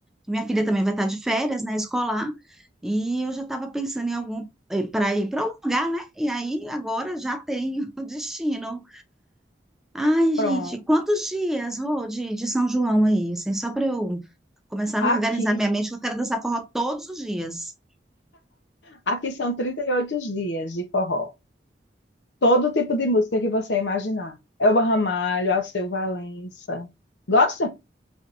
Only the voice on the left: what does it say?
Pronto.
Aqui,
aqui são 38 dias de forró. Todo tipo de música que você imaginar. Elba Ramalho, Alceu Valença. Gosta?